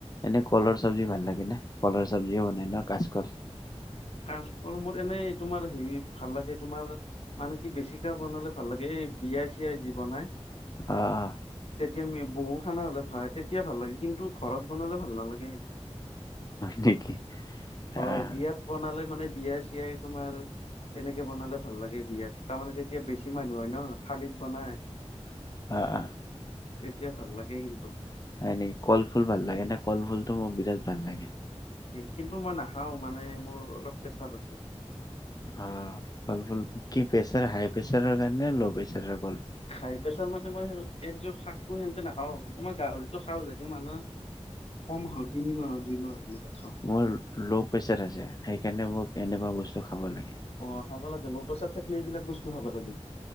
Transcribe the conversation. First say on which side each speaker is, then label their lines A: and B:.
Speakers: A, on the left; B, on the left.
A: এনেই কলৰ চব্জি ভাল লাগে নে? কলৰ চব্জিও বনাই ন কাচকল।
B: কাচকল মোৰ এনেই তোমাৰ হেৰি ভাল লাগে তোমাৰ, মানে কি বেছিকে বনালে ভাল লাগে। এই বিয়াই চিয়াই যি বনাই
A: আহ।
B: যেতিয়া আমি বহু খানা হলে ভাই তেতিয়া ভাল লাগে কিন্তু ঘৰত বনালে ভাল নালাগে।
A: নেকি,
B: হয়
A: আহ।
B: বিয়াত মানে বিয়া চিয়াই তোমাৰ, তেনেকে বনালে ভাল লাগে বিয়াত তাৰমানে তেতিয়া বেছি মানুহ হয় ন থালিত বনাই।
A: আহ।
B: তেতিয়া ভাল লাগে কিন্তু।
A: হয় নেকি, কল ফুল ভাল লাগে ন কল ফুলটো মোৰ বিৰাট ভাল লাগে।
B: কিন্তু মই নাখাওঁ মানে মোৰ অলপ পেচাৰ আছে।
A: অ' কলফুল কি প্ৰেছাৰ হাই প্ৰেছাৰৰ কাৰণে নে ল' প্ৰেছাৰ?
B: হাই প্ৰেছাৰ মানে মই এইটো শাকটো সেনকে না খাওঁ ত মই গাহৰিতটো খাওঁ যদিও মানুহে, কম হও তিনিমাহ দুই মাহৰ ম
A: মোৰ ল' প্ৰেচাৰ আছে সেইকাৰণে মোক এনেকুৱা বস্তু খাব লাগে।
B: অ' খাব লাগে লৌ পেচাৰ থাকিলে এইবিলাক বস্তু খাব লাগে।